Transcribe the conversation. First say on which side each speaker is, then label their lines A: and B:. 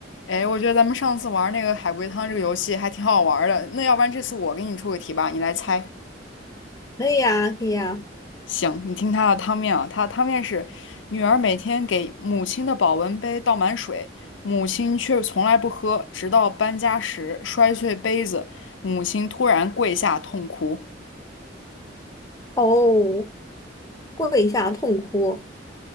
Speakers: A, on the left; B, on the left.
A: 哎，我觉得咱们上次玩那个海龟汤这个游戏还挺好玩儿的。那要不然这次我给你出个题吧，你来猜。
B: 可以呀，可以呀。
A: 行，你听它的汤面啊，它的汤面是：女儿每天给母亲的保温杯倒满水，母亲却从来不喝，直到搬家时摔碎杯子，母亲突然跪下痛哭。
B: 哦，跪下痛哭。